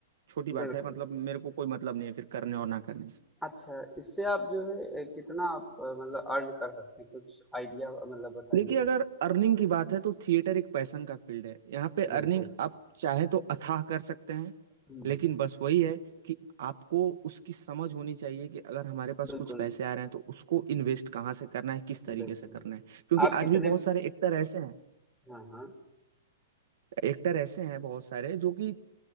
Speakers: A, on the right (about 60°); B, in the centre.
A: छोटी बात
B: बिल्कुल
A: है मतलब मेरे को कोई मतलब नहीं है फिर करने और ना करने से
B: अच्छा इससे आप जो है अ, कितना आप अ, मतलब अर्न कर सकते हैं कुछ आइडिया मतलब बताइए
A: देखिए अगर अर्निंग की बात है तो थिएटर एक पैशन का फील्ड है यहाँ पे
B: बिल्कुल
A: अर्निंग आप चाहे तो अथाह कर सकते हैं
B: हम्म
A: लेकिन बस वही है कि आपको उसकी समझ होनी चाहिए कि अगर हमारे पास
B: बिल्कुल
A: कुछ पैसे आ रहे हैं तो उसको इन्वेस्ट कहाँ से करना है किस तरीके
B: बिल्कुल
A: से करना है क्योंकि
B: आप कितने
A: आज भी बहुत सारे एक्टर ऐसे हैं
B: हाँ हाँ
A: एक्टर ऐसे हैं बहुत सारे जो कि